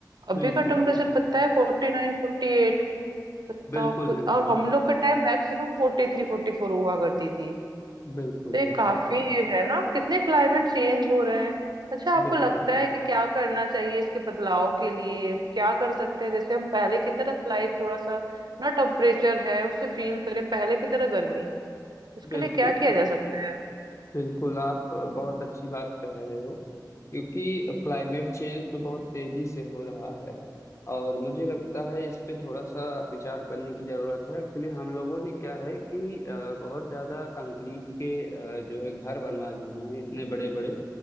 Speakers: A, on the right; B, on the left.
A: अभी
B: बिल्कुल
A: का टेम्परेचर
B: बिल्कुल
A: पता है फोर्टी नाइन फोर्टी एट बताओ
B: बिल्कुल
A: कुछ
B: बिल्कुल
A: और हम लोग के टाइम मैक्सिमम फोर्टी थ्री फोर्टी फोर हुआ करती थी
B: बिल्कुल
A: तो ये
B: बिल्कुल
A: काफी है ना कितने क्लाइमेट चेंज हो रहे हैं अच्छा आपको
B: बिल्कुल
A: लगता है कि क्या करना चाहिए इसके बदलाव के लिए क्या कर सकते हैं जैसे हम पहले की तरह लाइफ थोड़ा सा ना टेम्परेचर है उसे फील करें पहले की तरह गर्मी उसके
B: बिल्कुल
A: लिए क्या किया जा सकता है
B: बिल्कुल आप अ, बहुत अच्छी बात कह रहे हो क्योंकि क्लाइमेट चेंज तो बहुत तेजी से हो रहा है और मुझे लगता है इस पे थोड़ा सा विचार करने की जरूरत है एक्चुअली हम लोगों ने क्या है कि अ, बहुत ज्यादा कंक्रीट के अ, जो है घर बनवा लिए हैं इतने बड़े बड़े